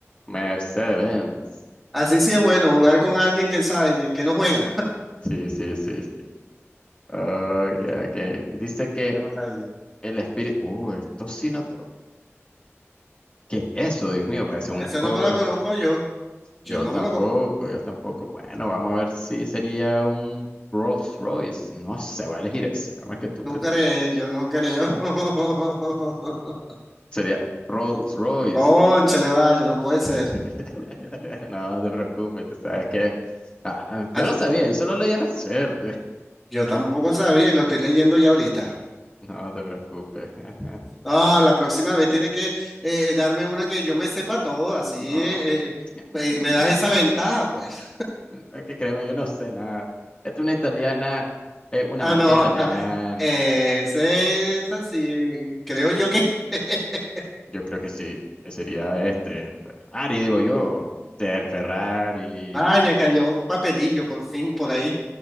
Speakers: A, on the left (about 25°); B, in the centre.
A: Mercedes-Benz.
B: Así sí es bueno jugar con alguien que sabe que, que no juega.
A: Sí, sí, sí, sí. Ok, ok. Dice que
B: <laughs> Qué maravilla.
A: el espíritu... Uh, esto sí no... ¿Qué es eso? Dios mío, parece un
B: Eso
A: coro.
B: no me lo conozco yo.
A: Yo
B: Yo no
A: tampoco,
B: me lo
A: yo tampoco. Bueno, vamos a ver si sería un Rolls Royce. No sé, voy a elegir ese. Vamos a ver que tú,
B: ¿Tú
A: ¿qué
B: crees?
A: tal?
B: Yo no creo. <laughs>
A: Sería Rolls Royce.
B: Cónchale, vale, no puede ser.
A: <laughs> No te preocupes, tú sabes que... ah, yo
B: Ah,
A: no sabía, yo solo leía la suerte. <laughs>
B: Yo tampoco sabía y lo estoy leyendo ya ahorita.
A: No te preocupes. <laughs>
B: Ah, la próxima vez tiene que eh, darme una que yo me sepa todo, así
A: No,
B: eh, eh,
A: <laughs>
B: eh, me das esa ventaja, pues.
A: no, es que créeme, yo no sé nada. Es una italiana, es una
B: Ah,
A: marca
B: no,
A: italiana.
B: <laughs> ese es así, creo yo que... <laughs>
A: Yo creo que sí, que sería este Ferrari, digo yo. O sea, el Ferrari.
B: Vaya, que haya un papelillo por fin por ahí,